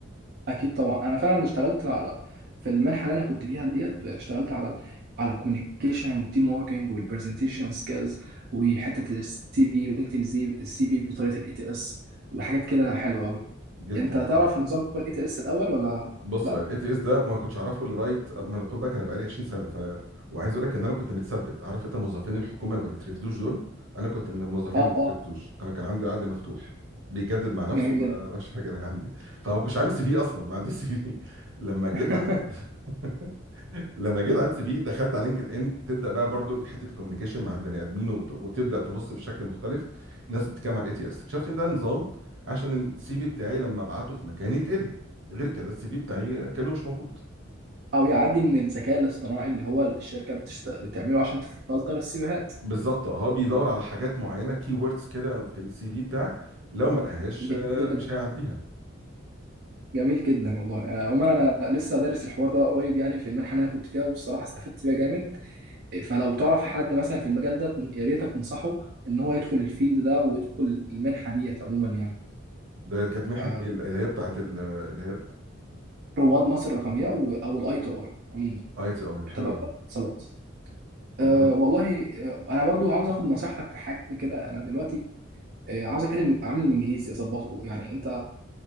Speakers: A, on the right; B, on the right.
A: اكيد طبعا انا فعلا اشتغلت على في المنحه اللي انا كنت فيها ديت اشتغلت على ال... على الكوميونيكيشن والتيم وركينج والبرزنتيشن سكيلز وحته السي في وتكتب ازاي السي في بطريقه الاي تي اس وحاجات كده حلوه قوي
B: جدا
A: انت
B: آه.
A: تعرف نظام الاي تي اس الاول ولا
B: بص
A: لا
B: هو الاي تي اس ده ما كنتش اعرفه لغايه ما انا خد بالك انا بقالي 20 سنه ف وعايز اقول لك ان انا كنت متثبت عارف انت موظفين الحكومه اللي ما بيترفدوش دول انا كنت من الموظفين
A: اه
B: اللي ما
A: اه
B: بيترفدوش انا كان عندي عقد مفتوح بيجدد مع نفسه
A: جميل
B: ما
A: جدا
B: ماشي حاجه انا عندي فما كنتش عامل سي في اصلا ما عنديش سي في <laughs> لما جيت
A: <laughs>
B: عملت <laughs> لما جيت عملت سي في دخلت على لينكد ان تبدا بقى برضو حته الكوميونيكيشن مع البني ادمين وت- وتبدا تبص بشكل مختلف الناس بتتكلم على الاي تي اس اكتشفت ان ده نظام عشان السي في بتاعي لما ابعته في مكان يتقري غير كده السي في بتاعي كانه مش موجود
A: او يعدي من الذكاء الاصطناعي اللي هو الشركه بتشت... بتعمله عشان تفلتر السيفيهات
B: بالظبط هو بيدور على حاجات معينه كي ووردز كده في السي في بتاعك لو ما لقاهاش
A: جميل
B: آه،
A: جدا
B: مش هيعديها
A: جميل جدا والله آه، عموما انا لسه دارس الحوار ده قريب يعني في المنحه اللي انا كنت فيها والصراحه استفدت فيها جامد إيه، فلو تعرف حد مثلا في المجال ده يا ريتك تنصحه ان هو يدخل الفيلد ده ويدخل المنحه ديت عموما يعني
B: ده كانت منحه
A: آه،
B: ايه اللي هي بتاعت ال- اللي هي
A: رواد مصر الرقميه و- او الاي تو اي عموما
B: اي تي اي ده حلو
A: تبع
B: قوي
A: وزارة الاتصالات
B: طب
A: أه
B: ده بت-
A: والله آه، انا برضو عاوز اخد نصيحتك في حاجه كده انا دلوقتي آه، عاوز اكلم عامل الانجليزي اظبطه يعني انت